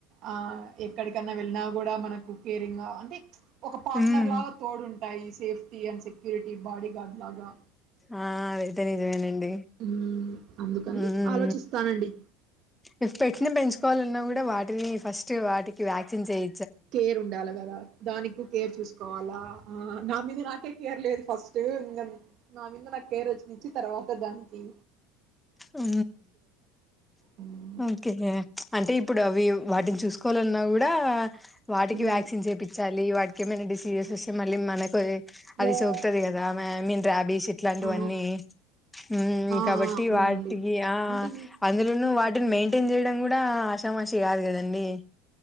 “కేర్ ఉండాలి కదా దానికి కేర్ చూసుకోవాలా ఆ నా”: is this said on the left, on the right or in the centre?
Right